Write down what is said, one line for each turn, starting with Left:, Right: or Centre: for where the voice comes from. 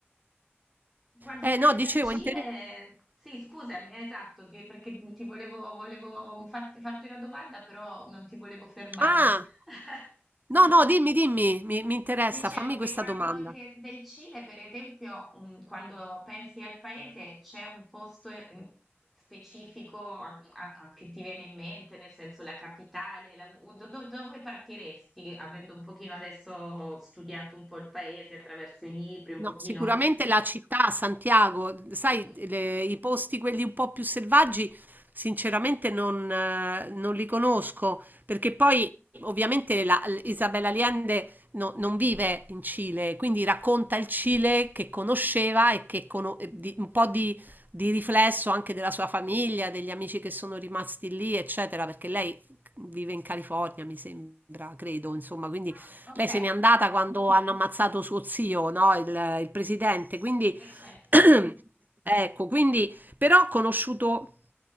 Centre: quando
Right: Eh
Centre: pensi
Right: no, dicevo,
Centre: al Cile,
Right: inter-
Centre: sì, scusami, eh, esatto, ti- perché ti volevo, volevo farti, farti una domanda, però non ti volevo fermare.
Right: Ah!
Centre: <laughs>
Right: No, no, dimmi, dimmi, mi, mi interessa,
Centre: Dicevo
Right: fammi
Centre: che
Right: questa
Centre: quando
Right: domanda.
Centre: che del Cile, per esempio, mm, quando pensi al paese, c'è un posto eh, specifico a- a- che ti viene in mente, nel senso la capitale, la- o do- do- dove partiresti, avendo un pochino adesso studiato un po' il paese attraverso i libri, un pochino...
Right: No, sicuramente la città, Santiago, sai,
Centre: Mm.
Right: le- i posti quelli un po' più selvaggi, sinceramente non, eh, non li conosco, perché poi ovviamente la, Isabel Allende no- non vive in Cile, quindi racconta il Cile che conosceva e che cono- e di- un po' di, di riflesso anche della sua famiglia, degli amici che sono rimasti lì, eccetera, perché lei vive in California, mi sembra, credo, insomma, quindi
Centre: Ah, ok,
Right: Lei se n'è andata quando hanno ammazzato suo zio, no? Il, il presidente. Quindi,
Centre: è certo.
Right: <clears throat> ecco, quindi, però ho conosciuto,